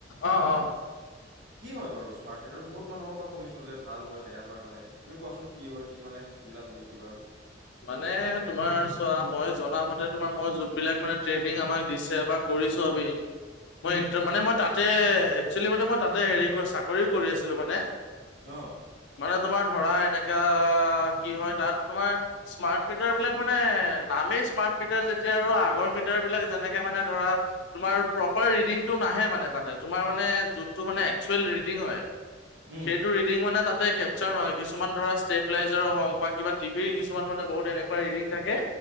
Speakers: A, on the left (about 70°); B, on the right (about 75°).
A: অ অ
B: কি হয় বাৰু স্মাৰ্ট মিটাৰ বহুত মানুহৰ পৰা শুনিছো যে ভাল হয় বেয়া হয় মানে তুমি কোৱাচোন কি হয় কি মানে। শিকিলা তুমি কিবা।
A: মানে তোমাৰ চোৱা মই জনা মতে এতিয়া তোমাৰ মই যোবিলখক মানে ট্ৰেনিং আমাক দিছে বা কৰিছো আমি মই
B: উম,
A: মানে মই তাত তাতে একচেলি মানে মই তাতে হে চাকৰি কৰি আছিলো মানে।
B: আহ
A: মানে তোমাৰ ধৰা এনেকা কি হয় তাত তোমাৰ স্মাৰ্ট মিটাৰ বিলাক মানে নামেই স্মাৰ্ট মিটাৰ যেতিয়া আৰু আগৰ মিটাৰ বিলাক যেনেকে মানে ধৰা। তোমাৰ প্ৰপাৰ ডিটো নাহে মানে তাতে তোমাৰ মানে যোনটো মানে একচুৱেল ৰিডিং হয়।
B: উম,
A: সেইটো ৰিডিং মানে তাতে কেপচাৰ নহয় কিছুমান ধৰা ষ্টেপিলাইজাৰ হওক বা কিবা টিভিৰ কি কিছুমান মানে বহুত এনেকুৱা ৰিডিং থাকে